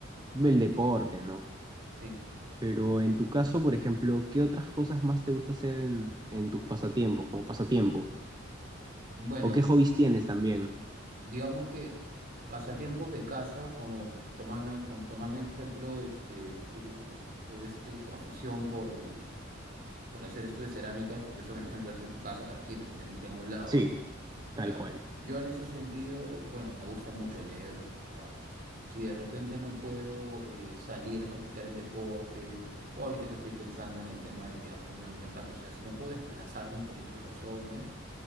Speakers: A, on the right; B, on the right.
A: el deporte, ¿no?
B: sí.
A: Pero en tu caso, por ejemplo, ¿qué otras cosas más te gusta hacer en, en tus pasatiempos, como pasatiempo?
B: Bueno,
A: ¿O qué hobbies tienes también?
B: digamos que pasatiempos de casa, como tomando, como tomando en ejemplo este, tu, tu, este, tu afición por el, por hacer esto de cerámicas, porque eso me imagino que lo haces en tu casa tranquilo, sin tener que ir a ningún lado.
A: Sí, tal
B: Claro,
A: cual.
B: yo en ese sentido, bueno, me gusta mucho leer, o sea, si de repente no puedo eh, salir a practicar el deporte, o ahorita que estoy pensando en el tema de aprender a bailar tango, o sea, si no puedo desplazarme por X razones,